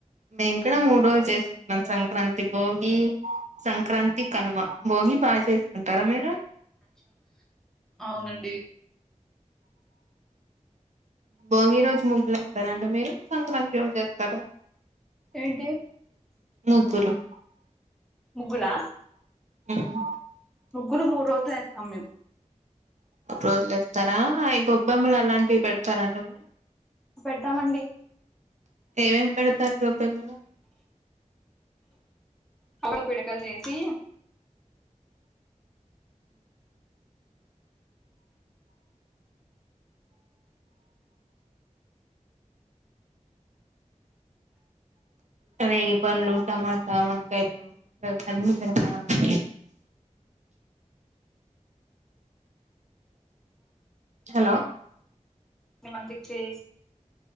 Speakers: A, on the right; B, in the centre.
A: మేము కూడ మూడు రోజులు చేసు. మా సంక్రాంతి, భోగి. సంక్రాంతి, కనుమ, భోగి బాగా చేసుకుంటారా మీరు.
B: అవునండి.
A: భోగి రోజు ముగ్గులు వస్తారండి. మీరు సంక్రాంతి రోజు వేస్తారా.
B: ఏంటి.
A: ముగ్గులు
B: ముగ్గులా.
A: ఆహ్
B: ముగ్గులు మూడు రోజులు వేస్తాం మేము.
A: రోజులేస్తారా అవి గొబ్బెమ్మలు అలాంటివి పెడతారండి మీరు.
B: పెడతామండి
A: ఏమేం పెడతారు గొబ్బెమ్మలు.
B: ఆవు తో పిడకలు చేసి.
A: అదే పండ్ళు టమాటా వంకాయలు ఆ అని అదికారం <unintelligible> హలో
B: నా మంచికి చేస్